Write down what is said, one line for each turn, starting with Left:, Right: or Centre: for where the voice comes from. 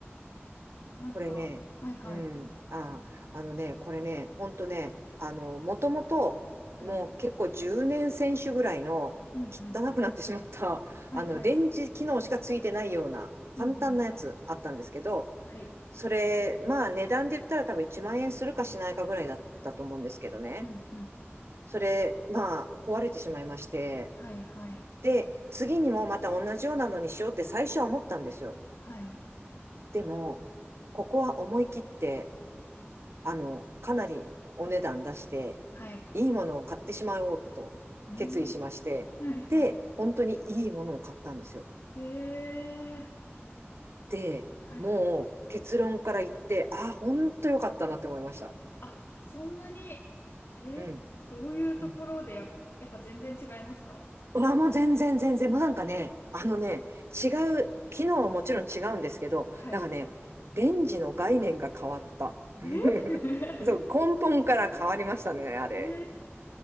Left: なんか、
Right: これね、
Left: はいはい。
Right: うん、あ、あのね、これね、ほんとね、あの、もともと、
Left: はい。
Right: もう結構10年選手ぐらいの
Left: うんうん。
Right: 汚くなってしまった、<laughs>
Left: はいはい。
Right: あの、レンジ機能しかついてないような簡単なやつあったんですけど、
Left: うんうん。はい。
Right: それ、まあ値段で言ったら多分1万円するかしないかぐらいだったと思うんですけどね。
Left: うんうん。
Right: それ、まあ壊れてしまいまして、
Left: はいはい。
Right: で、次にもまた同じようなのにしようって最初は思ったんですよ。
Left: はい。
Right: でも、ここは思い切って、あの、かなりお値段出して、
Left: はい。
Right: いいものを買ってしまおうと決意しまして、
Left: うん。はいはい。
Right: で、本当にいいものを買ったんですよ。
Left: えー。
Right: で、
Left: はい。
Right: もう結論から言って、ああ、本当良かったなって思いました。
Left: あ、そんなに、え、
Right: うん。
Left: どういうところでや、
Right: うん。
Left: やっぱ全然違いますか
Right: うわ、もう全然全然、もうなんかね、あのね、違う、機能はもちろん違うんですけど、
Left: はい。
Right: なんかね、レンジの概念が変わった。
Left: え
Right: <laughs>
Left: <laughs>
Right: そう、根本から変わりましたね、あれ。
Left: えー、